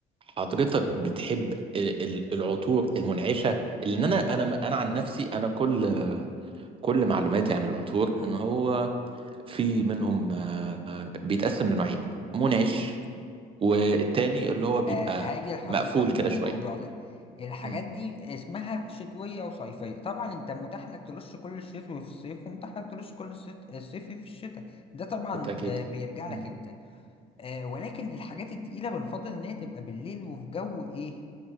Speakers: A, on the right; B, on the left.
A: حضرتك بتحب ال- ال- العطور المنعشة لأن أنا أنا أنا عن نفسي أنا كل كل معلوماتي عن العطور إن هو في منهم آه، آه، بيتقسم لنوعين منعش والتاني اللي هو بيبقى
B: آه، هاجي لحضرتك
A: مقفول كده
B: في الموضوع
A: شوية
B: ده الحاجات
A: مم.
B: دي اسمها شتوية وصيفية طبعا انت متاح لك ترش كل الشتوي في الصيف ومتاح لك ترش كل الصيت- الصيفي في الشتاء ده طبعا
A: بالتأكيد
B: آه، بيرجع لك
A: مم.
B: انت آه ولكن الحاجات التقيلة بنفضل إن هي تبقى بالليل وفي جو إيه